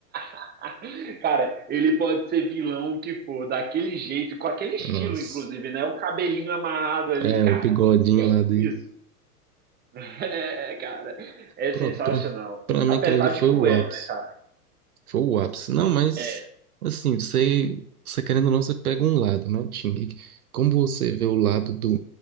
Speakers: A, on the right (about 20°); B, on the right (about 65°).
A: <laughs> Cara, ele pode ser vilão o que for, daquele jeito, com aquele estilo,
B: Nossa.
A: inclusive, né? O cabelinho amarrado ali,
B: É,
A: cara.
B: o bigodinho
A: Que é
B: lá dele.
A: isso? <laughs> É, cara, é
B: Pronto,
A: sensacional.
B: pra, pra mim
A: Apesar
B: aquele ali foi
A: de cruel,
B: o ápice.
A: né, cara?
B: Foi o ápice. Não, mas
A: É,
B: assim, você, você querendo ou não, você pega um lado, né, Ting? Como você vê o lado do,